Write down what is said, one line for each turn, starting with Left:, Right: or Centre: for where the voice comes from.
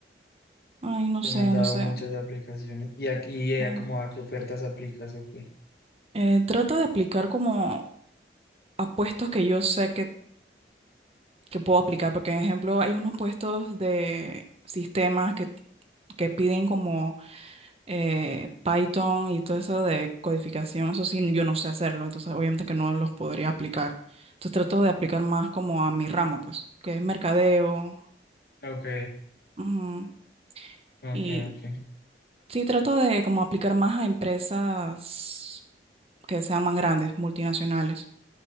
Right: ay, no
Left: He
Right: sé,
Left: mandado
Right: no sé.
Left: muchas de aplicaciones y aquí y eh,
Right: sí.
Left: como a qué ofertas aplicas, ok.
Right: Eh, trata de aplicar como a puestos que yo sé que que puedo aplicar, porque, por ejemplo, hay unos puestos de sistemas que, que piden como eh, Python y todo eso de codificación, eso sí, yo no sé hacerlo, entonces obviamente que no los podría aplicar. Entonces trato de aplicar más como a mi rama, pues, que es mercadeo,
Left: Ok,
Right: ujú,
Left: ok,
Right: y
Left: ok.
Right: sí, trato de como aplicar más a empresas que sean más grandes, multinacionales.